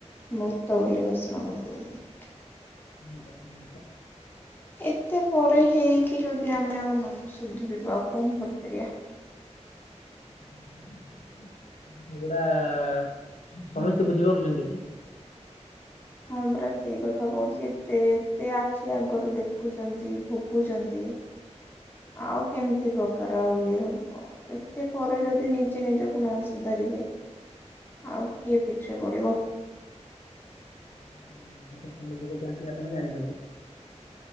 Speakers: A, on the left; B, on the left.
A: ମୃତ ବୋଲି ଘୋଷଣା କରିଦଉଲେ।
B: ହୁଁ <unintelligible>
A: ଏତେ ପରେ ହେଇକି, ଯଦି ଆମେ ଆଉ ନ ସୁଧୁରିବା, ଆଉ କଣ କରିପାରିବା?
B: ହୁଁ <inaudible> ସେଗୁଡା-ଆ ସମସ୍ତେ ବୁଝିପାରୁଛନ୍ତି କି?
A: ହଁ, ପରା ସେଇ କଥା କହୁଛି। ତତେ ଆଖି ଆଗରୁ ଦେଖୁଛନ୍ତି, ଭୋଗୁଛନ୍ତି ଆଉ କେମିତି ପ୍ରକାର ଆଉ, ଇଏ ହବ? ଏତେ ପରେ ଯଦି ନିଜେ ନିଜକୁ ନ ସୁଧାରିବେ! ଆଉ କିଏ ପିଠିରେ ପଡ଼ିବ?
B: ହୁଁ ହୁଁ କେତେ କଳି ଯୁଗ ଚାଲିଛି, ଆପଣ ଜାଣିଛନ୍ତି?